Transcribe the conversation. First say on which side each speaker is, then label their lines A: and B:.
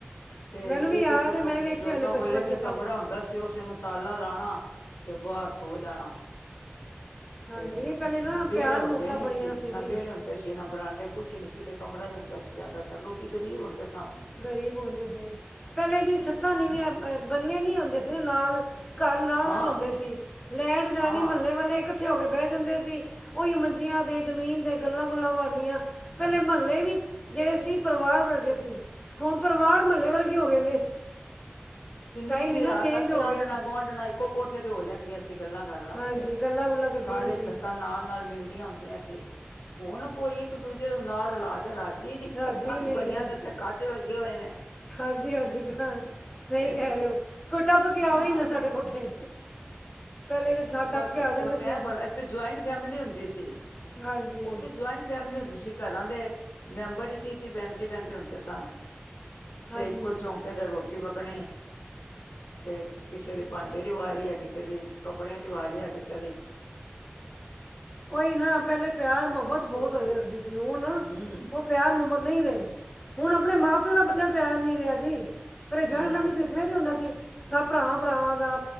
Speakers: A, on the left; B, on the left.
A: ਤੇ
B: ਮੈਨੂੰ ਵੀ
A: ਇੱਕ
B: ਯਾਦ
A: -ਇੱਕ ਕਮ
B: ਹੈ ਮੈਂ ਵੇਖੇ
A: ਲੋਕਾਂ
B: ਹੋਏ ਨੇ ਬਚਪਨ
A: ਕੋਲ ਇਕ-
B: 'ਚ
A: ਇਕ
B: ਸਭ
A: ਕਮਰਾ ਹੁੰਦਾ ਸੀ ਉਸੇ ਨੂੰ ਤਾਲਾ ਲਾਣਾ ਤੇ ਬਾਰ ਸੋ ਜਾਣਾ
B: ਹਾਂਜੀ
A: ਤੇ
B: ਵੀ ਪੈਲੇ ਨਾ ਪਿਆਰ
A: ਵਿਹੜੇ ਹੁੰਦੇ
B: ਮੁਹੱਬਤਾਂ
A: ਨੀ
B: ਬੜੀਆਂ
A: ਸੀ ਨਾ
B: ਜੀ
A: ਵਿਹੜੇ ਹੁੰਦੇ ਸੀ ਨਾ ਬਰਾਂਡੇ ਕੁਛ ਹੀ ਨਹੀਂ ਸੀਗੇ ਕ ੜਾ ਹੀ ਹੁੰਦਾ ਸੀ ਜ਼ਿਆਦਾ ਤਾਂ ਲੋਕੀ ਗ਼ਰੀਬ ਹੁੰਦੇ ਸਨ
B: ਗ਼ਰੀਬ ਹੁੰਦੇ ਸੀ ਪੈਲੇ ਜੇੜੀ ਛੱਤਾਂ ਨੀਵੀਆ ਬੰਨੇ ਨੀ ਹੁੰਦੇ ਸੀ ਨਾ ਨਾਲ ਘਰ ਨ ਨਾਲ- ਨਾਲ
A: ਹਾਂ
B: ਨਾਲ ਹੁੰਦੇ ਸੀ ਲੈਟ ਜਾਣੀ
A: ਹਾਂ
B: ਮਹੱਲੇ ਵਾਲੇ ਇਕੱਠੇ ਇਕੱਠੇ ਹੋ ਕੇ ਬੈ ਜਾਂਦੇ ਸੀ ਉਹੀ ਮੰਜੀਆਂ 'ਤੇ ਜ਼ਮੀਨ 'ਤੇ ਗੱਲਾਂ ਗੁੱਲਾਂ ਮਾਰਨੀਆਂ ਪੈਲੇ ਮਹੱਲੇ ਵੀ ਜੇੜੇ ਸੀ ਪਰਿਵਾਰ ਵਰ ਗੇ ਸੀ ਹੁਣ ਪਰਿਵਾਰ ਮਹੱਲੇ ਵਰਗੇ ਹੋ ਗਏ ਨੇ
A: ਕਿੰਨੀ-
B: ਟਾਈਮ
A: ਕਿੰਨੀੇ
B: ਇੰਨਾ
A: ਰਾਤ
B: ਚੇਂਜ
A: ਤੱਕ ਤੇ
B: ਹੋ
A: ਆਂਡਣਾ
B: ਗਿਆ
A: ਗੁਆਂਢਣਾ ੋ ਇੱਕੋ ਕੋਠੇ ਤੇ ਹੋ ਜਾਂਦੀਆਂ ਸੀ ਗੱਲਾਂ ਕਰਨ ਵਾਸਤੇ
B: ਹਾਂਜੀ ਗੱਲਾਂ ਗੁੱਲਾਂ ਕਰਦੀਆਂ
A: ਸਾਰੇ
B: ਸੀ
A: ਛੱਤਾਂ ਨਾਲ- ਨਾਲ ਮਿਲਦੀਆਂ ਹੁੰਦੀਆਂ ਹੁਣ ਕੋਈ ਇੱਕ ਦੂਜੇ ਨਾਲ ਰਲਾ ਕੇ ਰਾਜ ਜੀ ਨੀ
B: ਰਾਜੀ
A: ਛੱਤਾਂ ਤੇ
B: ਨਹੀਂ
A: ਬੰਨਿਆ ਦੇ ਉੱਤੇ ਕੱਚ ਲੱਗੇ ਹੋਏ ਨੇ
B: ਹਾਂਜੀ ਹਾਂਜੀ ਕ ਸਹੀ
A: ਤੇ
B: ਕੈ ਰਹੇ ਹੋ ਕੋਈ ਟੱਪ ਕੇਆਵੇ
A: ਹਾਂ
B: ਹੀ ਨਾ ਸਾਡੇ ਕੋਠੇ ਪਹਿਲੇ ਤਾਂ ਸਾ ਟੱਪ
A: ਬਸ
B: ਕੇ ਆ ਜਾਂਦੇ
A: ਉਹ
B: ਸੀ
A: ਟਾਈਮ ਬੜਾ ਇੱਕ ਤਾਂ ਜੁਆਇੰਟ ਫੈਮਿਲੀ ਹੁੰਦੀ ਸੀ
B: ਹਾਂਜੀ
A: ਉ ਤੇ ਜੁਆਇੰਟ ਫੈਮਲੀ ਹੁੰਦੀ ਸੀ ਘਰਾਂ ਦੇ ਮੈਂਬਰ ਹੀ ਤੀ-ਤੀ ਪੈਂਤੀ ਪੈਂਤੀ ਹੁੰਦੇ ਸਨ
B: ਹਾਂਜੀ
A: ਤੇ ਇੱਕੋ ਚੌਂਕ ਕਦੇ ਰੋਟੀ ਪੱਕਣੀ ਤੇ ਕਿਸੇ ਦੀ ਭਾਂਡੇ ਦੀ ਵਾਰੀ ਹੈ ਕਿਸੇ ਦੀ ਕੱਪੜਿਆਂ ਦੀ ਵਾਰੀ ਹ ਅੱਜ ਸਾਡੀ
B: ਓਈ ਨਾ ਪੈਲੇ ਪਿਆਰ ਮੁਹੱਬਤ ਬੋਤ ਹੋਇਆ ਕਰਦੀ ਸੀ ਹੁਣ
A: ਹੂੰ
B: ਉਹ ਪਿਆਰ ਮੁਹੱਬਤ ਨਹੀਂ ਰਹੇ ਹੁਣ ਆਪਣੇ ਮਾਂ ਪਿਓ ਨਾਲ ਬੱਚਿਆਂ ਦਾ ਪਿਆਰ ਨਹੀਂ ਰਿਹਾ ਜੀ ਪੈਲੇ ਜੋਇੰਟ
A: ਹੂੰ
B: ਫੈਮਿਲੀ ਫੇ ਵੀ ਹੁੰਦਾ ਸੀ ਸਭ ਭਰਾਵਾਂ- ਭਰਾਵਾਂ ਦਾ